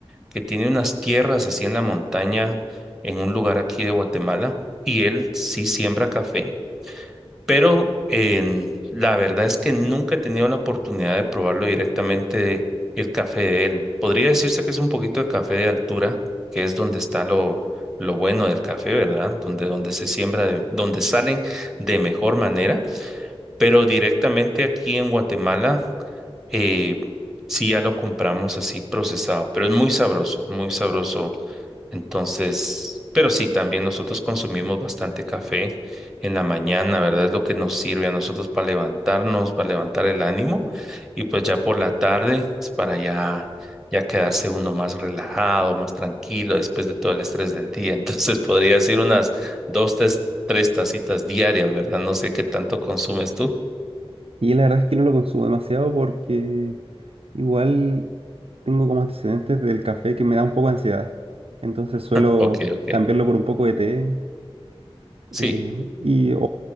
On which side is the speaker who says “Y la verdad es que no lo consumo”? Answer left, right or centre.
Right